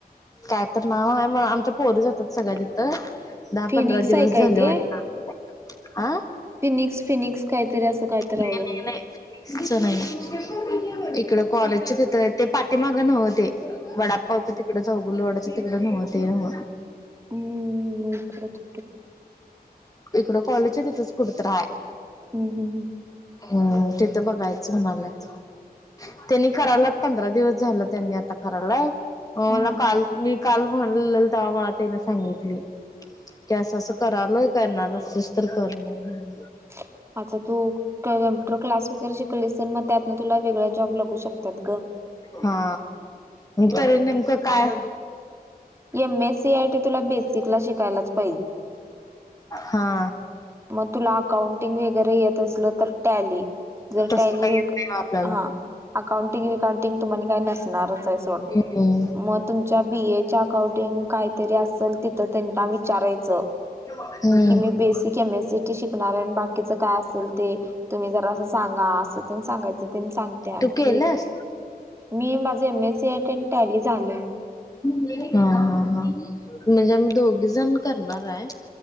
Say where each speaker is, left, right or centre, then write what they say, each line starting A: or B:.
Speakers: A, on the left; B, on the right.
A: काय तर नाव आहे म आमच्या पोरी जात्यात सगळ्या तिथं दहा
B: फिनिक्स
A: पंधरा दिवस
B: आहे काय
A: झाले
B: ते
A: वाटतं अ
B: फिनिक्स फिनिक्स काहीतरी असं काहीतरी
A: नाही
B: आहे बघ
A: नाही नाही नाही इकड कॉलेजच्या तिथं ते पाठीमागं नव्ह ते वडापावच्या तिकडच चौगुले वड्याचे तिकडे नव्ह ते नव्ह
B: हं मकच
A: इकडं कॉलेजच्या तिथंच कुठतर हाय
B: हम्म हम्म हम्म
A: हं तिथं बघायचं म्हणाल्यात. त्यांनी कराल्यात पंधरा दिवस झालं त्यांनी आता कराल्यात. मला
B: हम्म
A: काल मी काल म्हणलेल तेव्हा मला त्यान सांगितले. की असं असं करालोय करणार असलीस तर कर म्हणून
B: <inaudible> आता तू कम्प्युटर क्लास वगैरे शिकलीस तर मग त्यातन तुला वेगळा जॉब लागू शकतात गं
A: हा त नेमकं काय
B: एम एस सी आयटी तुला बेसिकला शिकायलाच पाहि
A: हा
B: मग तुला अकाउंटिंग वगैरे येत असलं तर टॅली जर
A: तसलं
B: टॅली
A: काही
B: व
A: येत नाही आपल्याला.
B: हा अकाउंटिंग विकौउंटिंग तुम का नसणारच आहे सोड
A: हम्म
B: मग तुमच्या बी ए अंकाटिंग काय तरी असेल तिथे विचारायचं
A: हम्म
B: कि मी बेसिक एम शिकणार बाकीच काय असेल ते तुम्ही जरा अस सांगा अस सांगयचं सांगत
A: तू केलंस?
B: मी माझे M A M S C I T आणि टॅली झालं.
A: हा हा हा म्हणजे आम्ही दोघी जण करणार आहे.